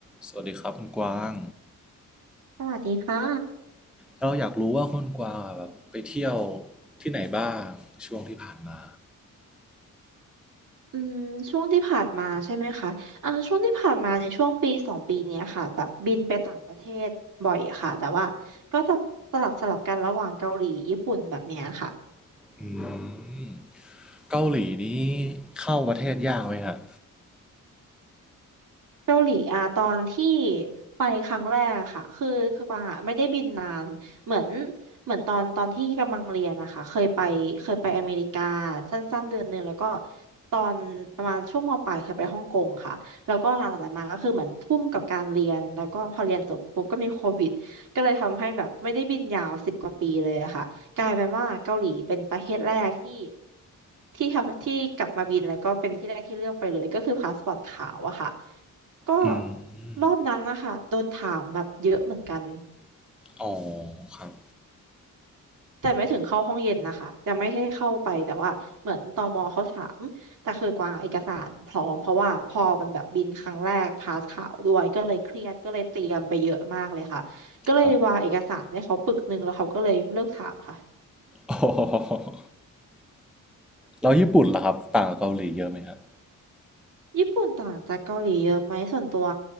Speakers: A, in the centre; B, on the right (about 70°).
A: สวัสดีครับคุณกวาง
B: สวัสดีค่ะ
A: เราอยากรู้ว่าคุณกวางอะแบบไปเที่ยวที่ไหนบ้างช่วงที่ผ่านมา
B: อืมช่วงที่ผ่านมาใช่ไหมคะอ่าช่วงที่ผ่านมาในช่วงปีสองปีเนี้ยค่ะแบบบินไปต่างประเทศบ่อยค่ะ แต่ว่าก็จะสลับสลับกันระหว่างเกาหลีญี่ปุ่นแบบเนี้ยค่ะ
A: อืมเกาหลีนี้เข้าประเทศยากไหมครับ
B: เกาหลีอะตอนที่ไปครั้งแรกอะค่ะคือคือกวางอะไม่ได้บินนานเหมือนเหมือนตอนตอนที่กำลังเรียนนะคะเคยไปเคยไปอเมริกาสั้นๆเดือนหนึ่งแล้วก็ตอนประมาณช่วงมปลายเคยไปฮ่องกงค่ะแล้วก็หลังจากนั้นมาก็คือเหมือนทุ่มกับการเรียนแล้วก็พอเรียนจบปุ๊บก็มีโควิดก็เลยทำให้แบบไม่ได้บินยาวสิบกว่าปีเลยอะค่ะกลายเป็นว่าเกาหลีเป็นประเทศแรกที่ที่ทำที่กลับมาบินแล้วก็เป็นที่แรกที่เลือกไปเลยก็คือพาสปอร์ตขาวอะค่ะ ก็
A: อืม
B: รอบนั้นนะคะโดนถามแบบเยอะเหมือนกัน
A: อ๋อครับ
B: แต่ไม่ถึงเข้าห้องเย็นนะคะยังไม่ได้เข้าไปแต่ว่าเหมือนตมเขาถามแต่คือกวางเอกสารพร้อมเพราะว่าพอมันแบบบินครั้งแรกพาสข่าวด้วยก็เลยเครียดก็เลยเตรียมไปเยอะมากเลยค่ะก็เลยวางเอกสารให้เขาปึกหนึ่งแล้วเขาก็เลยเลิกถามค่ะ
A: ครับอ๋อแล้วญี่ปุ่นล่ะครับต่างกับเกาหลีเยอะไหมครับ
B: ญี่ปุ่นต่างจากเกาหลีเยอะไหมส่วนตัว